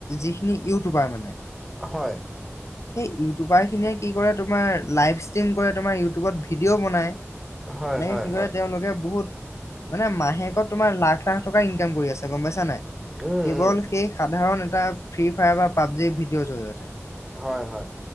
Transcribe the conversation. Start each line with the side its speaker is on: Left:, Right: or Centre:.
Left: যিখিনি ইউটিউবাৰ মানে
Centre: হয়,।
Left: সেই ইউটিউবাৰ খিনিয়ে কি কৰে, তোমাৰ লাইভ ষ্ট্ৰিম কৰে, তোমাৰ ইউটিউবত ভিডিঅ' বনায়,
Centre: হয়
Left: তেনেকে
Centre: হয়
Left: কি কৰে,
Centre: হয়
Left: তেওঁলোকে বহুত মানে মাহেকত লাখ - লাখ টকা ইনকাম কৰি আছে গম পাইছা নে নাই,
Centre: উম
Left: কেৱল
Centre: উম
Left: সেই সাধাৰণ এটা ফ্ৰী ফায়াৰ বা পাবজি ভিডিঅ'ৰ জৰিয়তে
Centre: হয় হয়